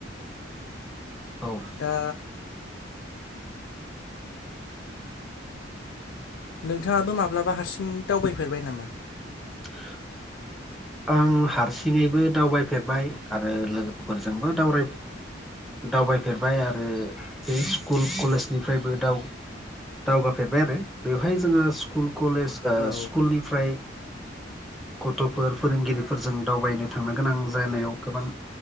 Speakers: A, in the centre; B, on the left.
A: औ।
B: दा नोंथाङाबो माब्लाबा हारसिं दावबायफेरबाय नामा?
A: <inaudible> आं हारसिङैबो दावबायफेरबाय आरो लोगोफोरजोंबो दाव दावबायफेरबाय आरो बे स्कुल कलेजनिफ्रायबो दाउ दावगाफेरबाय आरो बेवहाय जोङहा स्कुल कलेज
B: औ
A: स्कुलनिफ्राय गथ'फोर फोरोंगिरिफोरजों दावबायनो थांनो गोनां जानायाव गोबां